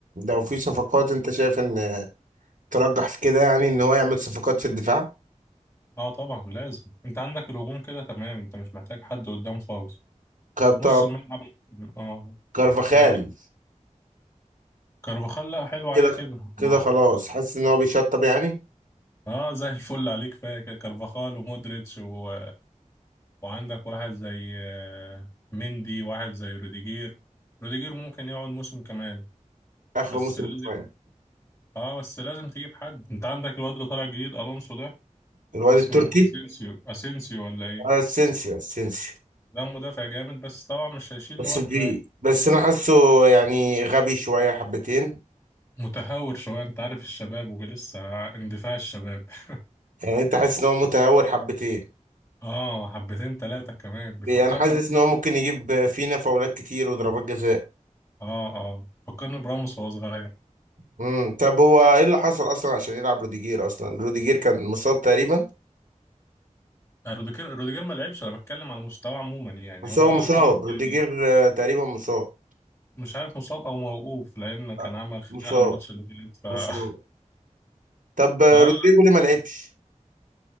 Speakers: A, on the right (about 85°); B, on the left (about 25°).
A: لو في صفقات انت شايف ان ترجح في كده يعني ان هو يعمل صفقات في الدفاع؟
B: اه طبعا لازم انت عندك الهجوم كده تمام انت مش محتاج حد قدام خالص
A: كارتا-
B: نص الملعب اه
A: كارفاخال
B: لكن كارفاخال لا حلو عليه
A: كده
B: كده
A: كده
B: اه
A: خلاص حاسس ان هو بيشطب يعني
B: آه، زي الفل عليك كفايه كده. كارفاخال ومودريتش و... وعندك واحد زي آه، مندي واحد زي روديجير روديجير ممكن يقعد موسم كمان
A: اخر
B: بس
A: موسم
B: لازم
A: كمان
B: اه بس لازم تجيب حد انت عندك الواد اللي طالع جديد الونسو ده
A: الواد
B: اسمه
A: التركي
B: اسينسيو اسينسيو ولا ايه
A: آه، اسينسيو اسينسيو
B: ده مدافع جامد بس طبعا مش هيشيل
A: بس
B: لوحده
A: بي
B: يعني.
A: بس انا حاسه يعني غبي شويه حبتين
B: متهور شوية انت عارف الشباب ولسه اندفاع الشباب <laughs>
A: يعني انت حاسس ان هو متهور حبتين
B: اه حبتين تلاتة كمان بيفكرني
A: بي- انا حاسس
B: براموس
A: ان هو ممكن يجيب فينا فاولات كتير وضربات جزاء
B: اه اه فكرني براموس وهو صغير
A: امم طب هو ايه اللي حصل اصلا عشان يلعب روديجير اصلا روديجير كان مصاب تقريبا
B: آه، روديجير روديجير ما لعبش انا بتكلم على مستوى عموما يعني
A: بس
B: هو
A: هو مصاب
B: خلاص
A: روديجير
B: يعني
A: آه، تقريبا مصاب
B: مش عارف مصاب او موقوف لان كان
A: آه،
B: عمل خناقة
A: مصاب
B: الماتش اللي فات ف
A: مصاب
B: <laughs>
A: طب آه،
B: اه
A: رودريجو ليه ما لعبش